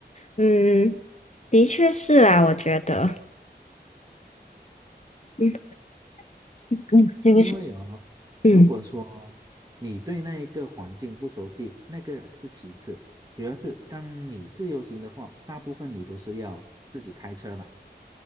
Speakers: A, on the left; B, on the right.
A: 嗯，的确是啊，我觉得，嗯嗯，对不起，
B: 因嗯为哦，
A: 嗯，
B: 如果说你对那一个环境不熟悉，那个是其次，主要是当你自由行的话，大部分你都是要自己开车嘛。